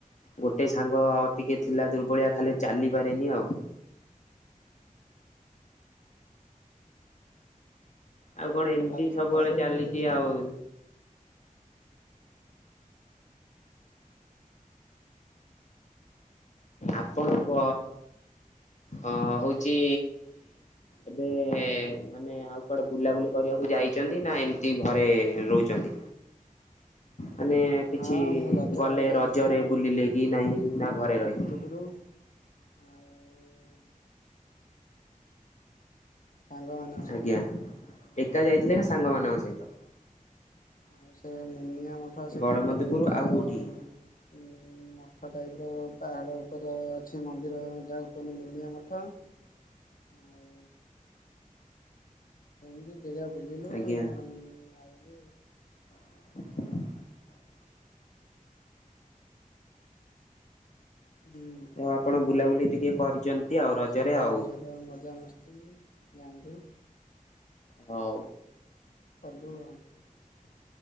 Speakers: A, on the left; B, on the left.
A: ଗୋଟେ
B: ହୁଁ
A: ସାଙ୍ଗ ଟିକେ ଥିଲା ଦୁର୍ବଳିଆ ଖାଲି
B: ଆଉ
A: ଚାଲି ପାରେନି ଆଉ। ଆଉ କଣ ଏମିତି
B: ଖାଦ୍
A: ସବୁବେଳେ
B: ଖାଇବାରେ
A: ଚାଲିଛି
B: କୋଉ ଜିନିଷ ଭଲ
A: ଆଉ।
B: ଲାଗେ?
A: ଆପଣଙ୍କ ଅ ହଉଛି ଏବେ ମାନେ ଆଉ କୁଆଡେ ବୁଲାବୁଲି
B: ନା
A: କରିବାକୁ ଯାଇଛନ୍ତି ନା ଏମିତି ଘରେ ରହୁଛନ୍ତି? ମାନେ କିଛି
B: ହଁ ମୁଁ ରଜରେ
A: ଗଲେ
B: ବା ଯାଇଥିଲୁ
A: ରଜରେ ବୁଲିଲେ କି ନାହିଁ ନା ଘରେ ରହିଲେ?
B: ବୁଲୁ ଆଉ ସାଙ୍ଗମାନଙ୍କ ସହିତ।
A: ଆଜ୍ଞା ଏକା ଯାଇଥିଲେ ନା ସାଙ୍ଗ ମାନଙ୍କ ସହିତ?
B: ଆଉ ସେ ମୁନିଆ ମଠ ସେ
A: ଗଡମଧୁପୁର
B: ପାଖରେ ଗୋଟେ
A: ଆଉ
B: ଉ
A: କୋଉଠିକି?
B: ମଠ ଟାଇପ ର ପାହାଡ ଉପରେ ଅଛି ମନ୍ଦିର ଯାହାକୁ କୁହନ୍ତି ମୁନିଆ ମଠ ଆଉ। ଏମିତି ଜେଗା ବୁଲିଲୁ
A: ଆଜ୍ଞା
B: ଘରଙ୍ଗ ଆଇଲୁ ଆଉ।
A: <inaudible>
B: ହୁଁ
A: ଆଉ ଆପଣ ବୁଲାବୁଲି ଟିକେ କରିଛନ୍ତି
B: ଆଉ
A: ରଜରେ
B: ସାଙ୍ଗସାଥି
A: ଆଉ।
B: ସହିତ ମଜାମସ୍ତି ଗାଁ ରେ
A: ହଉ।
B: <unintelligible>